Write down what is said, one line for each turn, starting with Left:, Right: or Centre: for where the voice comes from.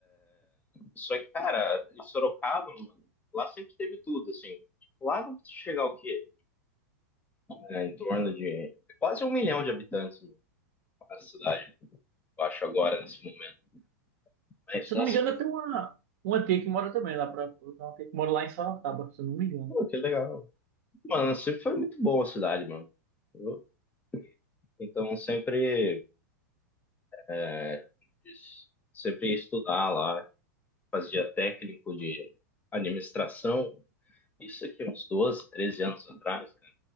Left: Só que, cara, em Sorocaba, mano, lá sempre teve tudo, assim. Lá vai chegar o quê? É, em torno de quase um milhão de habitantes, mano, a cidade, eu acho, agora, nesse momento. Mas,
Right: Se
Left: nossa,
Right: eu não me engano,
Left: que,
Right: eu tenho uma, uma tia que mora também lá pra, eu tenho uma tia que mora lá em Sorocaba, se eu não me engano.
Left: pô, que legal. Mano, sempre foi muito boa a cidade, mano. Eu- Então, sempre, é, como diz, sempre ia estudar lá, fazia técnico de administração, isso aqui uns 12 13 anos atrás, cara.